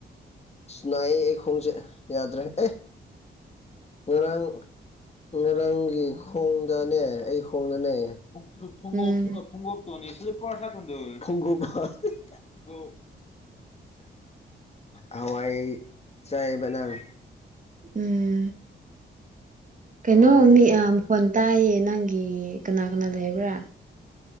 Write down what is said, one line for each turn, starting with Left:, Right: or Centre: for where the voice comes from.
Left: ꯅꯥꯏꯌꯦ ꯑꯩ ꯈꯣꯡꯁꯦ ꯌꯥꯗ꯭ꯔꯦ ꯑꯦ ꯉꯔꯥꯡ ꯉꯔꯥꯡꯒꯤ ꯈꯣꯡꯗꯅꯦ ꯑꯩ ꯈꯣꯡꯗꯅꯦ ꯨꯡ ꯊꯨꯡꯞ
Right: ꯎꯝ
Left: ꯊꯨꯡꯒꯣꯞꯇꯅꯤꯦ ꯀꯗ ꯐꯒꯣ ꯍꯋꯥꯏ ꯆꯥꯏꯕ ꯅꯪ
Right: ꯎꯝ ꯀꯩꯅꯣ
Left: ꯍꯥꯎꯕꯅꯤꯗ
Right: ꯃꯤ ꯃꯈꯣꯟ ꯇꯥꯏꯌꯦ ꯅꯪꯒꯤ ꯀꯅꯥ ꯀꯅꯥ ꯂꯩꯔꯕ꯭ꯔꯥ